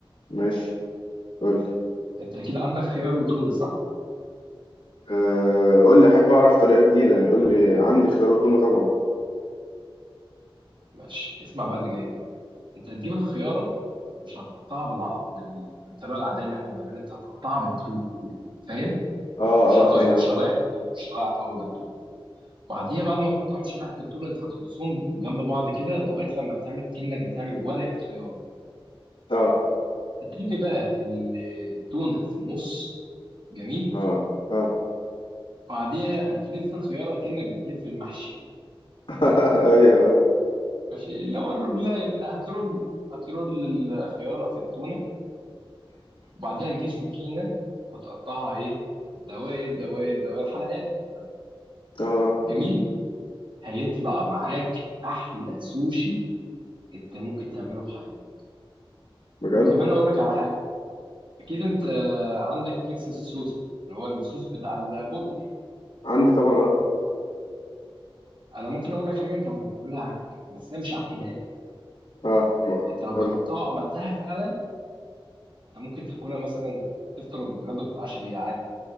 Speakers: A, on the left; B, on the right.
A: ماشي قولي
B: انت اكيد عندك خيار وتونه صح
A: آه قولي احب اعرف طريقة جديدة يعني قولي عندي خيار وتونة طبعا
B: ماشي اسمع بقى اللي جاي انت هتجيب الخياره مش هتقطعها بالع... بال... بالطريقه العاديه اللي احنا بنعملها انت هتقطعها بالطول فاهم
A: اه
B: شرايح
A: اه فاهم أوي.
B: شرايح بالطول شرايح طاوله بالطول وبعديها بعد ما تقطعهم شرايح بالطول انت هترصهم جنب بعض كده لغايه لما هتعمل اكنك بتعمل ورقه خيار
A: اه
B: هترمي بقى التونه في النص جميل
A: اه اه
B: بعديها هتلف الخياره اكنك بتلف المحشي
A: <laughs> ايوه
B: ماشي اللي هو الرولايه بقى هترول هترول الخياره في التونه وبعدها تجيب سكينة وتقطعها إيه دوائر دوائر دوائر حلقات حلقات
A: اه
B: جميل هيطلع معاك أحلى سوشي أنت ممكن تعمله في حياتك
A: بجد
B: وكمان أقول لك على حاجة أكيد أنت عندك تكساس صوص ده، اللي هو الصوص بتاع البرجر
A: عندي طبعا اه
B: أنا ممكن أقول لك حاجة أنت هتعتبرها عك بس هي مش عك نهائي
A: اه
B: أنت لو
A: قولي
B: جربتها وعملتها فعلا أنت ممكن تاكلها مثلا تفطر وتتغدى وتتعشى بيها عادي